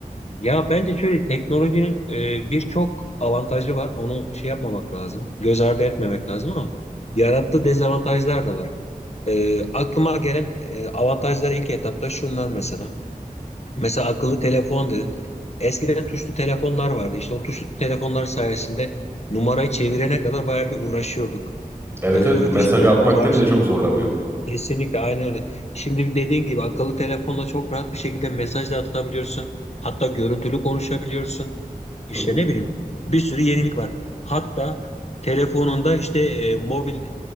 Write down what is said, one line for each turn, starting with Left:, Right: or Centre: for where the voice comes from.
Left: Ya bence şöyle teknolojinin e, birçok avantajı var. Onu şey yapmamak lazım. Göz ardı etmemek lazım ama yarattığı dezavantajlar da var. E, aklıma gelen e, avantajlar ilk etapta şunlar mesela. Mesela akıllı telefon dedin. Eskiden tuşlu telefonlar vardı. İşte o tuşlu telefonlar sayesinde numarayı çevirene kadar bayağı bir uğraşıyorduk.
Right: Evet
Left: E,
Right: evet mesaj
Left: işte
Right: atmakta
Left: kar-
Right: bile çok zorlanıyorduk.
Left: Kesinlikle aynen öyle. Şimdi dediğin gibi akıllı telefonla çok rahat bir şekilde mesaj da atabiliyorsun. Hatta görüntülü konuşabiliyorsun. İşte
Right: Hı hı.
Left: ne bileyim bir sürü yenilik var. Hatta telefonunda işte e, mobil